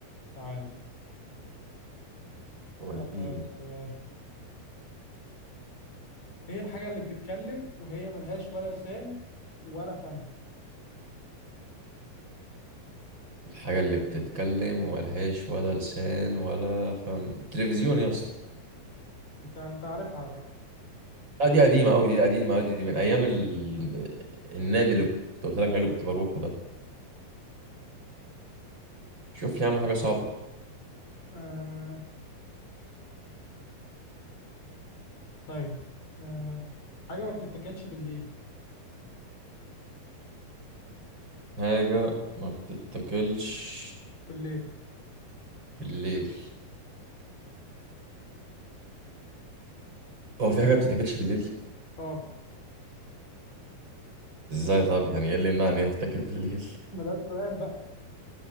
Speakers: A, on the left; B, on the right.
A: تعالى
B: وديني
A: آه آه، هي الحاجه اللي بتتكلم وهي ملهاش ولا لسان ولا فم
B: الحاجه اللي بتتكلم وملهاش ولا لسان ولا فم التلفزيون يا اسطى
A: انت انت عارف على فكره
B: آه دي قديمه قوي دي قديمه قوي دي, دي من ايام ال... النادي اللي كنت قلت لك عليه اللي كنت بروحه ده شوف لي يا عم حاجه صعبه
A: آه طيب آه. حاجة ما بتتاكلش بالليل
B: حاجه ما بتتاكلش
A: بالليل
B: بالليل هو في حاجه ما بتتاكلش بالليل
A: اه
B: ازاي طب يعني ايه اللي يمنع ان هي تتاكل بالليل
A: ما ده السؤال بقى